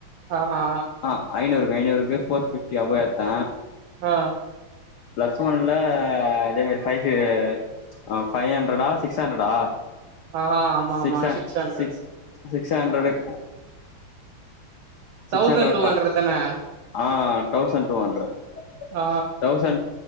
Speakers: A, on the right; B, on the left.
A: ஆ ஹா
B: ஆ ஐநூறுக்கு ஐநூறுக்கு ஃபோர் ஃபிஃப்டி அபோ எடுத்தே.
A: ஆ.
B: பிளஸ் ஒன்ல அதே மாரி ஃபைவ் ஃபீல் ஆ, ஃபைவ் ஹண்டரடா? சிக்ஸ் ஹண்ட்ரடா?
A: ஆ ஆமா
B: சிக்சாட்
A: ஆமா ஹண்ட்ரட்
B: சிக்ஸ் சிக்ஸ் ஹண்ட்ரடுக் சிக்ஸ்
A: தௌசண்ட்
B: ஹண்ட்ரட்
A: டூ
B: தா.
A: தான
B: ஆ தௌசண்ட் டூ ஹண்ட்ரட்.
A: ஆ
B: தௌசண்ட்